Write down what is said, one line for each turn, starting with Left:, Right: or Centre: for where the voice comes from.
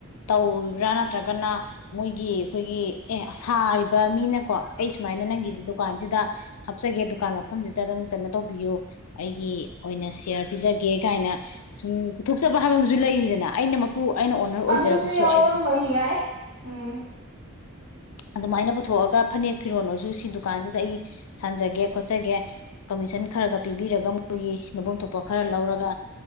Left: ꯇꯧꯔꯤꯕ꯭ꯔꯥ ꯅꯠꯇ꯭ꯔꯒꯅ ꯃꯣꯏꯒꯤ ꯑꯩꯈꯣꯏꯒꯤ ꯑꯦ ꯁꯥꯥꯔꯤꯕ ꯃꯤꯅꯀꯣ ꯑꯩ ꯁꯨꯃꯥꯏꯅ ꯅꯪꯒꯤꯁꯤ ꯗꯨꯀꯥꯟꯁꯤꯗ ꯍꯥꯞꯆꯒꯦ ꯗꯨꯀꯥꯟ ꯃꯐꯝꯁꯤꯗ ꯑꯗꯨꯝ ꯀꯩꯅꯣ ꯇꯧꯕꯤꯌꯨ ꯑꯩꯒꯤ ꯑꯣꯏꯅ ꯁꯤꯌꯥꯔ ꯄꯤꯖꯒꯦ ꯀꯥꯏꯅ ꯁꯨꯝ ꯄꯨꯊꯣꯛꯆꯕ ꯍꯥꯏꯕ ꯑꯃꯁꯨ ꯂꯩꯔꯤꯗꯅ ꯑꯩꯅ ꯃꯄꯨ ꯑꯩꯅ ꯑꯣꯅꯔ ꯑꯣꯏꯖꯔꯒꯁꯨ
Right: ꯑꯗꯨꯁꯨ ꯌꯥꯎꯔꯝꯕ
Left: ꯑꯩ
Right: ꯌꯥꯏ ꯎꯝ
Left: ꯑꯗꯨꯃꯥꯏꯅ ꯄꯨꯊꯣꯛꯑꯒ ꯐꯅꯦꯛ ꯐꯤꯔꯣꯜ ꯑꯣꯏꯁꯨ ꯁꯤ ꯗꯨꯀꯥꯟꯁꯤꯗ ꯑꯩ ꯁꯥꯟꯖꯒꯦ ꯈꯣꯠꯆꯒꯦ ꯀꯃꯤꯁꯟ ꯈꯔꯒ ꯄꯤꯕꯤꯔꯒ ꯃꯣꯏꯒꯤ ꯂꯨꯐꯝ ꯊꯣꯛꯄ ꯈꯔ ꯂꯧꯔꯒ